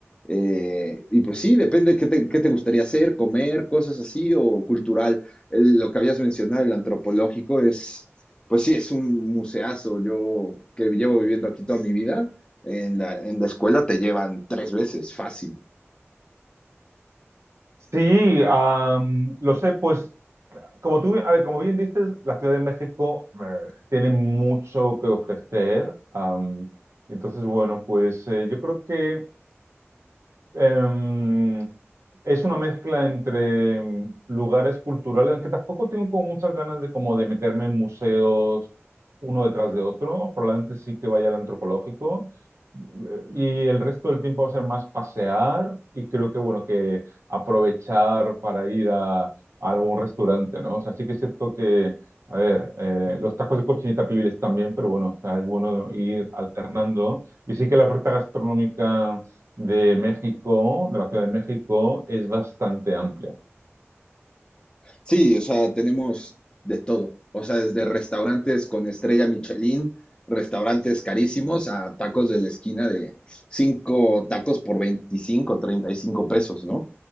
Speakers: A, on the left; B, on the right.
A: Eh, y pues sí, depende de qué te, qué te gustaría hacer, comer, cosas así, o cultural. El- lo que habías mencionado, el antropológico, es, pues sí, es un museazo. Yo que llevo viviendo aquí toda mi vida, en la, en la escuela te llevan tres veces, fácil.
B: Sí, am, lo sé, pues como tú, a ver, como bien dices, la Ciudad de México eh, tiene mucho que ofrecer. am, entonces, bueno, pues eh, yo creo que eh, es una mezcla entre em, lugares culturales, aunque tampoco tengo como muchas ganas de como de meterme en museos uno detrás de otro, probablemente sí que vaya al antropológico. eh, Y el resto del tiempo va a ser más pasear y creo que, bueno, que aprovechar para ir a, a algún restaurante, ¿no? O sea, sí que es cierto que, a ver, eh, los tacos de cochinita pibil también, pero bueno, o sea, es bueno ir alternando. Y sí que la oferta gastronómica de México, de la Ciudad de México, es bastante amplia.
A: Sí, o sea, tenemos de todo. O sea, desde restaurantes con estrella Michelin, restaurantes carísimos, a tacos de la esquina de 5 tacos por veinticinco, treinta y cinco pesos, ¿no?